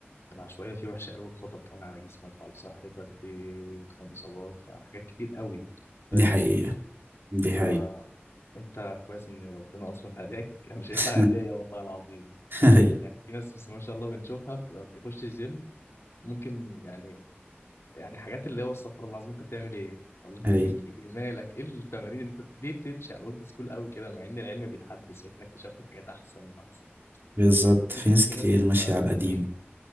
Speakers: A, on the left (about 85°); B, on the right (about 60°).
A: العشوائيه فيه وحشه قوي بخطر كمان على جسمك وعلى صحتك وي- وي- وي- وكمان اصابات فحاجات كتير قوي
B: دي
A: فاهم
B: حقيقه دي
A: فانت
B: حقيقه
A: كويس ان ربنا اصلا <laughs> هداك انا شايفها
B: <laughs>
A: هدايا والله العظيم
B: هي
A: يعني في ناس بس ما شاء الله بنشوفها بتبقى بيخش الجيم ممكن يعني يعني حاجات اللي هو استغفر الله العظيم انت بتعمل ايه ولا انت
B: هي
A: فيك ايه مالك ايه التمارين اللي انت ليه بتمشي على الاولد سكول قوي كده مع ان العلم بيتحدث واحنا اكتشفنا حاجات احسن واحسن
B: بالظبط
A: في
B: في ناس
A: في
B: كتير
A: ناس لسه
B: ماشيه على القديم
A: مم.